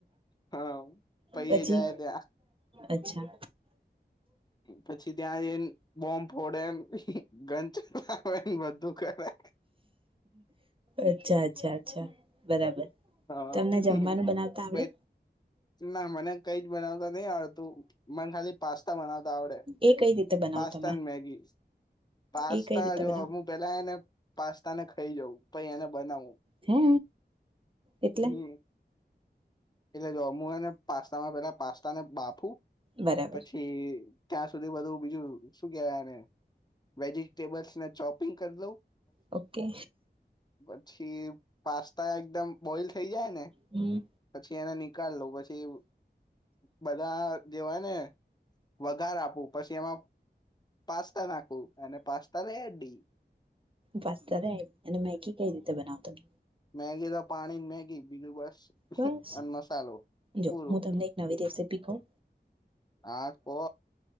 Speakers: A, on the left; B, on the right.
A: હા પહી
B: પછી
A: જાય ત્યાં
B: અચ્છા
A: પછી ત્યાં એ બોમ્બ ફોડે ગન ચલાવે ને બધું કરે.
B: અચ્છા અચ્છા અચ્છા બરાબર.
A: હા
B: તમને જમવાનું બનાવતા આવડે
A: ના મને કઈ જ બનાવતા નહી આવડતું મને ખાલી પાસ્તા બનાવતા આવડે
B: એ કઈ રીતે બનાવો
A: પાસ્તા
B: તમે
A: ને મેગી. પાસ્તા
B: એ કઈ રીતે
A: જો
B: બનાવો
A: હું પેલા ને પાસ્તા ને થઈ જવું પછ એને બનાવું.
B: હે. એટલે?
A: હમ એટલે જો હું એને પાસ્તામાં પેલા પાસ્તા ને બાફુ
B: બરાબર
A: પછી ત્યાં સુધી બધું બીજું શું કેવાયને વેજિટેબલ્સ ના ચોપિંગ કરી દઉ.
B: ઓકે.
A: પછી પાસ્તા એકદમ બોઈલ થઈ જાય ને
B: હમ.
A: એના નિકાલ લઉ પછી બધા દેવાય ને વધાર આપવું પછી એમાં પાસ્તા નાખું અને પાસ્તા લ અડી
B: પાસ્તા રાઈસ અને મેગી કઈ રીતે બનાવો તમે
A: મેગી તો પાણી મેગી બીજું બસ
B: બસ
A: અને મસાલો
B: જો
A: પૂરો
B: હું તમને એક નવી રેસીપી કહું
A: હા પો